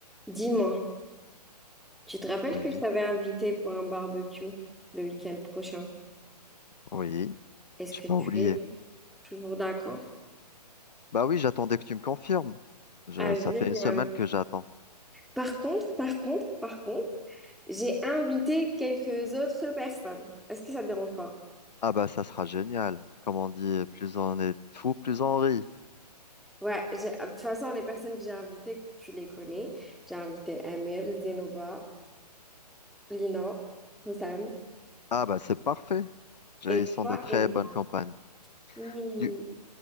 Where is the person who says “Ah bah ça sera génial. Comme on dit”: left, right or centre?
Left